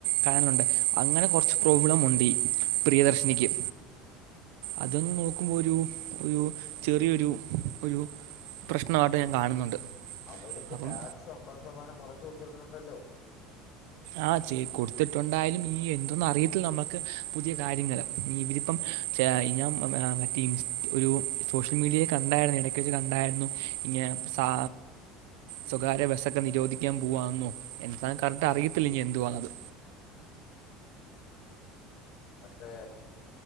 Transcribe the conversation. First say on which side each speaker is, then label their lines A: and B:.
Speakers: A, on the right; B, on the left.
A: കാര്ണുണ്ട് അങ്ങനെ കൊർച്ച് പ്രോബ്ലമുണ്ടീ പ്രിയദർശിനിക്ക് അതങ്ങ് നോക്കുമ്പൊ ഒരു ഒരു ചെറിയൊരു ഒരു പ്രശ്നാട്ട് ഞാൻ കാണുന്നുണ്ട്.
B: അവര്ക്ക്
A: അപ്പം
B: ടാക്സ് അമ്പത് ശതമാനം കൊറച്ച് കൊടുത്തിട്ടുണ്ടല്ലോ.
A: ആഹ് ചെ കൊടുത്തിട്ടുണ്ടായാലും ഈ എന്തോന്ന് അറിയത്തില്ല നമുക്ക് പുതിയ കാര്യങ്ങള് ഇഞ്ഞീ ഇവരിപ്പം ച ഞാൻ മറ്റേ ഇൻസ് ഒരു സോഷ്യൽ മീഡിയയിൽ കണ്ടായിരുന്നു എടയ്ക്ക് വെച്ച് കണ്ടായിരുന്നു. ഇങ്ങനെ സാ സ്വകാര്യ ബസ്സൊക്കെ നിരോധിക്കാൻ പോവാന്നോ എന്താണ് കറക്റ്റ് അറിയത്തില്ല ഇനി എന്തുവാന്നത്
B: മറ്റേ